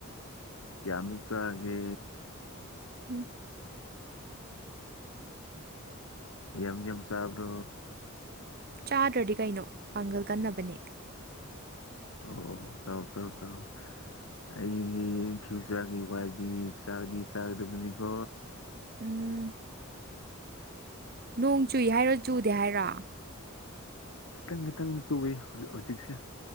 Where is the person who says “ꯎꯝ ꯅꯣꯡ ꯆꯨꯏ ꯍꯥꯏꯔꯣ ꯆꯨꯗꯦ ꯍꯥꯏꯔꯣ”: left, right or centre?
Right